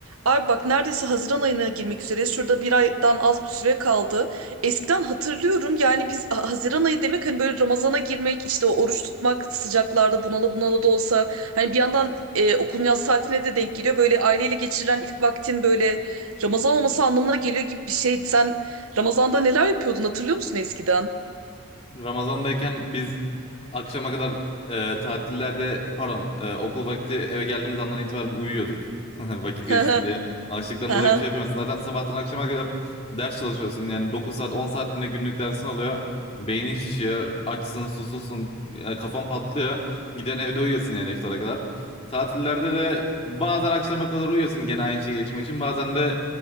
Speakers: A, on the right; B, on the left.
A: Abi bak neredeyse Haziran ayına girmek üzereyiz. Şurada bir aydan az bir süre kaldı. Eskiden hatırlıyorum yani biz Ha- Haziran ayı demek hani böyle Ramazan'a girmek, işte o oruç tutmak sıcaklarda bunala bunala da olsa hani bir yandan e, okulun yaz tatiline de denk geliyor. Böyle aileyle geçirilen ilk vaktin böyle Ramazan olması anlamına geliyor gibi bir şey. Sen Ramazan'da neler yapıyordun hatırlıyor musun eskiden?
B: Ramazan'dayken biz akşama kadar e, tatillerde pardon e, okul vakti eve geldiğimiz andan itibaren uyuyorduk. <laughs> Vakit
A: <laughs>
B: geçsin
A: Hı hı,
B: diye. Açlıktan
A: hı
B: dolayı
A: hı,
B: bir şey yapamıyorsun. Zaten sabahtan akşama kadar ders çalışıyorsun. Yani 9 saat 10 saat mi ne günlük dersin oluyor. Beynin şişiyor. Açsın susuzsun. e, kafan patlıyor. Giden evde uyuyorsun yani iftara kadar. Tatillerde de bazen akşama kadar uyuyorsun gene aynı şeyi geçirmek için. Bazen de